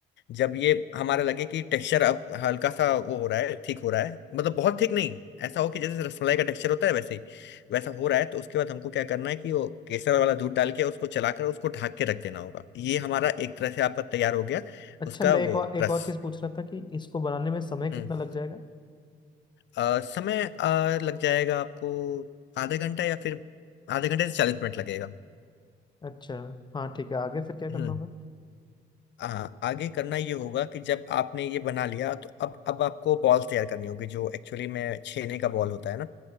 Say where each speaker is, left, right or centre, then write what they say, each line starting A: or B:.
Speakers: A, on the left (about 65°); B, on the left (about 20°).
A: जब ये हमारा लगे कि टेक्सचर अब हल्का सा वो हो रहा है ठीक हो रहा है मतलब बहुत ठीक नहीं ऐसा हो कि जैसे रसमलाई का टेक्सचर होता है वैसे ही वैसा हो रहा है तो उसके बाद हमको क्या करना है कि वो केसर वाला दूध डाल के उसको चलाकर उसको ढक के रख देना होगा ये हमारा एक तरह से आपका तैयार हो गया
B: अच्छा
A: उसका
B: मैं
A: वो
B: एक और एक
A: रस
B: और चीज पूछ रहा था कि इसको बनाने में समय कितना
A: हम्म।
B: लग जाएगा
A: अ, समय अ, लग जाएगा आपको आधे घंटा या फिर आधे घंटे से चालीस मिनट लगेगा
B: अच्छा हाँ ठीक है आगे फिर क्या करना
A: हम्म
B: होगा
A: आ, आगे करना ये होगा कि जब आपने ये बना लिया तो अब अब आपको बॉल्स तैयार करनी होगी जो एक्चुअली में छेने का बॉल होता है ना